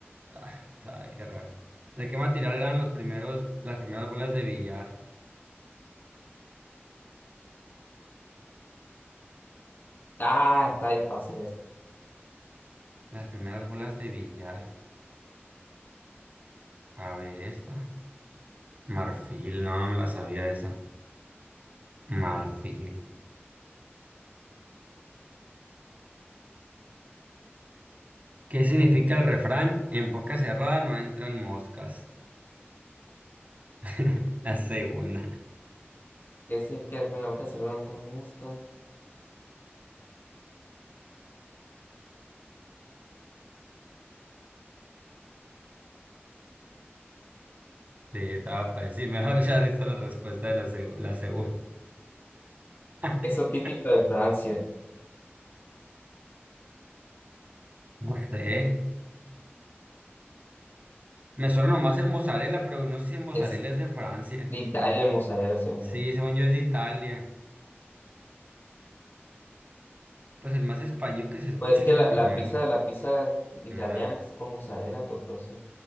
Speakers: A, on the right; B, on the left.
A: Ah, sabe qué raro. ¿De qué material eran los primeros, las primeras bolas de billar?
B: Ah, está bien fácil esto.
A: Las primeras bolas de billar. A ver, esta. Marfil, no, no me la sabía esa. Marfil. ¿Qué significa el refrán? En boca cerrada no entran moscas. <laughs> La segunda.
B: ¿Qué significa el en la boca cerrada ante las moscas?
A: Sí, estaba fácil. Sí, mejor ya diste la respuesta de la, segu- la segunda. <laughs>
B: Eso típico de Francia.
A: No sé. Me suena nomás el mozzarella, pero no sé si el mozzarella
B: Es
A: es de Francia.
B: de Italia el mozzarella, según
A: Sí,
B: yo.
A: según yo es de Italia. Pues el más español que se escucha
B: Pues es que
A: es
B: la,
A: el primero.
B: la pizza, la pizza italiana
A: Dale.
B: es con mozzarella, pues por eso.